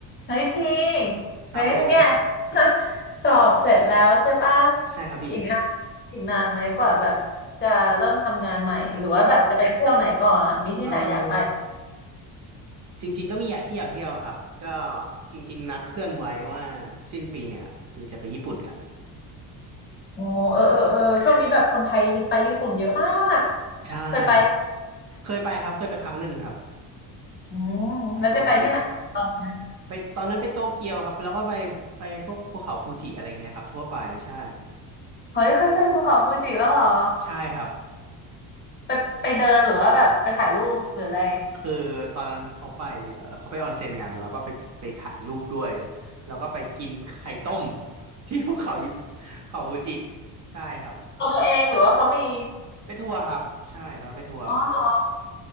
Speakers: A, on the left (about 25°); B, on the right (about 45°).
A: เฮ้ยพี่
B: ครับผม
A: เฮ้ยเนี่ย <laughs> สอบเสร็จแล้วใช่ป่ะ
B: ใช่ครับพี่หญิง
A: อีกนานอีกนานไหมกว่าแบบจะเริ่มทำงานใหม่หรือว่าแบบจะไปเที่ยวไหนก่อนมีที่ไหนอยากไป
B: เออจริงๆก็มีอยากเที่ยวเที่ยวครับก็จริงๆนัดเพื่อนไว้ว่าสิ้นปีเนี่ยคือจะไปญี่ปุ่นกัน
A: โอ้เออเออเออช่วงนี้แบบคนไทยฮิตไปญี่ปุ่นเยอะมาก
B: ใช่
A: เคยไป
B: เคยไปครับเคยไปครั้งหนึ่งครับ
A: อืมแล้วจะไปที่ไหนบ้างนะ
B: ไปโตเกียวไปตอนนั้นไปโตเกียวครับแล้วก็ไปไปพวกภูเขาฟูจิอะไรเงี้ยครับทั่วไปใช่
A: เฮ้ยเคยไปภูเขาฟูจิแล้วเหรอ
B: ใช่ครับ
A: ไปไปเดินหรือว่าแบบไปถ่ายรูปหรืออะไร
B: คือตอนนั้นเขาไปเอ่อเขาไปออนเซ็นกันแล้วก็ไปไปถ่ายรูปด้วยแล้วก็ไปกินไข่ต้ม <laughs> ที่ภูเขายิปเขาฟูจิใช่ครับ
A: ของตัวเองหรือว่าเขามี
B: ไปทัวร์ครับใช่ตอนนั้นไปทัวร์
A: อ๋อเหรอ